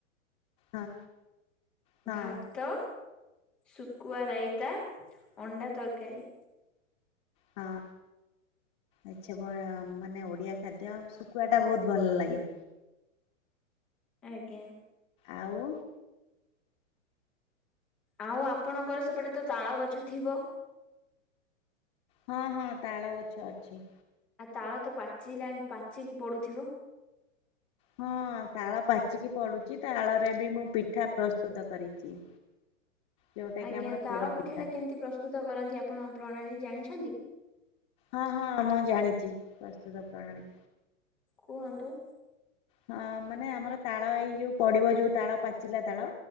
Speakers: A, on the left (about 25°); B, in the centre.
A: ହଁ। ହଁ।
B: ଭାତ, ଶୁଖୁଆ ରାଇତା, ଅଣ୍ଡା ତରକାରୀ।
A: ହଁ। ଆଛା ଭ ମାନେ ଓଡ଼ିଆ ଖାଦ୍ୟ ଶୁଖୁଆଟା ବହୁତ ଭଲ ଲାଗେ।
B: ଆଜ୍ଞା।
A: ଆଉ
B: ଆଉ ଆପଣଙ୍କର ସେପଟେ ତ ତାଳ ଗଛ ଥିବ?
A: ହଁ ହଁ ତାଳ ଗଛ ଅଛି।
B: ଆଉ ତାଳ ତ ପାଚିଲାଣି ପାଚିକି ପଡୁଥିବ।
A: ହଁ ତାଳ ପାଚିକି ପଡୁଛି ତାଳରେ ବି ମୁଁ ପିଠା ପ୍ରସ୍ତୁତ କରିଛି। ଯୋଉଟା କି
B: ଆଜ୍ଞା
A: ଆମର
B: ତାଳ
A: ପୋଡ ପିଠା
B: ପିଠାଟା କେମିତି ପ୍ରସ୍ତୁତ କରନ୍ତି ଆପଣ ପ୍ରଣାଳୀ ଜାଣିଛନ୍ତି?
A: ହଁ ହଁ ମୁଁ ଜାଣିଛି ପ୍ରସ୍ତୁତ ପ୍ରଣାଳୀ।
B: କୁହନ୍ତୁ।
A: ହଁ ମାନେ ଆମର ତାଳ ଏଇ ଯୋଉ ପଡିବ ଯୋଉ ତାଳ ପାଚିଲା ତାଳ